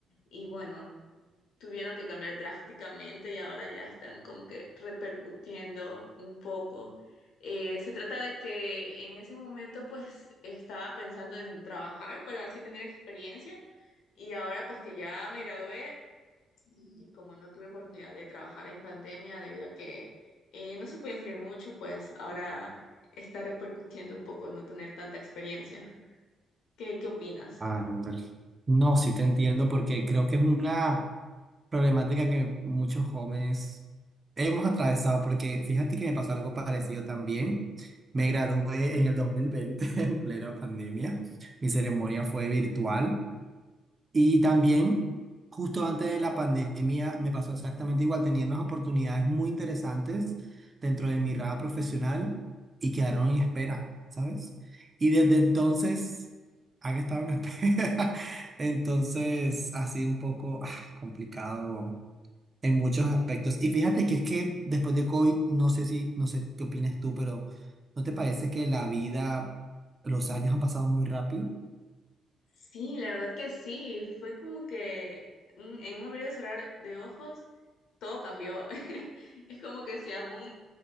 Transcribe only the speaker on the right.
Ándale. No, sí te entiendo porque creo que es una problemática que muchos jóvenes hemos atravesado, porque fíjate que me pasó algo parecido también. Me gradué en el 2020 <laughs> en plena pandemia. Mi ceremonia fue virtual. Y también, justo antes de la pandemia, me pasó exactamente igual. Tenía unas oportunidades muy interesantes dentro de mi rama profesional y quedaron en espera, ¿sabes? Y desde entonces han estado en <laughs> espera. Entonces ha sido un poco ah, complicado en muchos aspectos. Y fíjate que es que después de COVID, no sé si, no sé qué opinas tú, pero ¿no te parece que la vida, los años han pasado muy rápido?